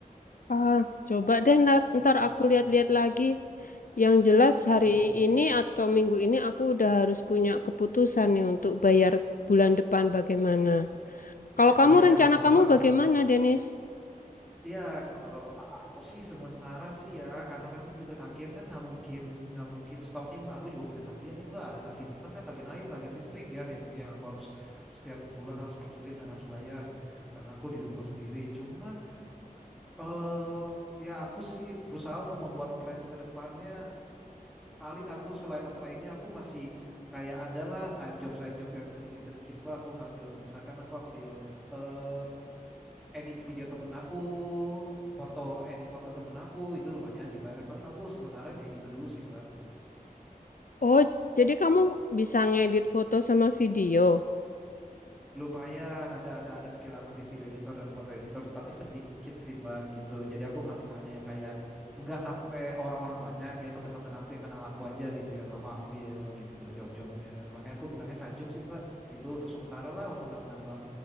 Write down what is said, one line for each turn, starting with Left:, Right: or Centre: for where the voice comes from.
Left: Ah, coba deh nat,
Centre: Mm,
Left: ntar
Centre: mm.
Left: aku lihat-lihat lagi. Yang jelas hari
Centre: Ya.
Left: ini atau minggu ini aku udah harus punya keputusan nih untuk bayar bulan depan bagaimana. Kalau kamu
Centre: Iya,
Left: rencana
Centre: memang
Left: kamu
Centre: Mbak. Kalau-
Left: bagaimana, Denis?
Centre: Iya, kalau aku sih sementara sih ya, karena memang juga tagihan kan nggak mungkin nggak mungkin stop nih Mbak. Aku juga punya tagihan nih Mbak. Ada tagihan internet, tagihan air, tagihan listrik ya, yang yang aku harus setiap bulan harus pikirin dan harus bayar. Karena aku di rumah sendiri. Cuman eh ya aku sih berusaha untuk membuat plan ke depannya. Paling aku selain apply ini aku masih kayak adalah side job side job yang sedikit-sedikit Mbak. Aku ngambil misalkan aku ambil eh, edit video temen aku, foto edit foto temen aku itu lumayan dibayar. Paling aku sementara kayak gitu dulu sih Mbak.
Left: Oh, jadi kamu bisa ngedit foto sama video.
Centre: Lumayan ada ada ada skill aku di video editor dan foto editor, tapi sedikit sih Mbak gitu. Jadi aku ngambil hanya yang kayak nggak sampai orang-orang banyak ya teman-teman aku yang kenal aku aja gitu yang aku ambil gitu job-jobnya. Makanya aku bilangnya sajop sih Mbak gitu untuk sementara lah untuk nambah-nambah